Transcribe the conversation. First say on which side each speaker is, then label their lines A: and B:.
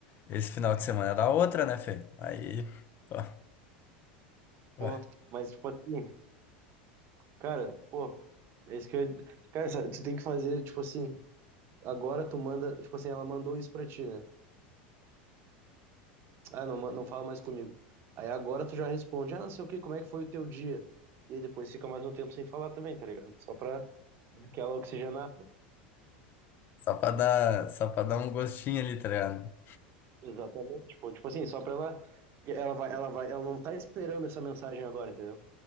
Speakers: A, on the left (about 40°); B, on the right (about 45°).
A: esse final de semana era outra, né, Fê? Aí, pô, ué,
B: Pô, mas tipo assim, cara, pô, esse que eu. Cara, sa- tu tem que fazer, tipo assim, agora tu manda. Tipo assim, ela mandou isso pra ti, né? Ah, não, ma- não fala mais comigo. Aí agora tu já responde, ah, não sei o quê, como é que foi o teu dia? E aí depois fica mais um tempo sem falar também, tá ligado? Só pra dar aquela oxigenada.
A: só pra dar, só pra dar um gostinho ali, tá ligado?
B: Exatamente, pô, tipo assim, só pra ela, ela vai, ela vai, ela não tá esperando essa mensagem agora, entendeu?